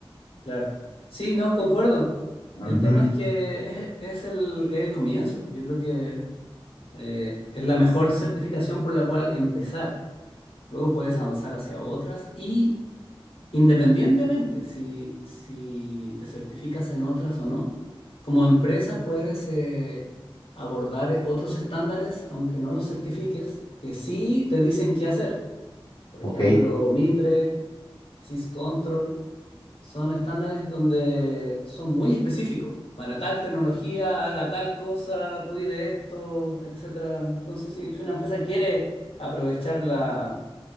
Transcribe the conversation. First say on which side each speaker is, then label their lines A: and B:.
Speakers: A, on the left (about 85°); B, on the left (about 60°).
A: Claro. Sí, no, concuerdo.
B: Uh
A: El
B: -huh.
A: tema es que es, es el, es el comienzo. Yo creo que eh, es la mejor certificación por la cual empezar. Luego puedes avanzar hacia otras y independientemente si, si te certificas en otras o no, como empresa puedes eh, abordar otros estándares, aunque no los certifiques, que sí te dicen qué hacer. Por
B: Ok.
A: ejemplo, Mitre, SysControl. Son estándares donde son muy específicos. Para tal tecnología, haga tal cosa, cuide esto, etcétera. Entonces, si, si una empresa quiere aprovechar la,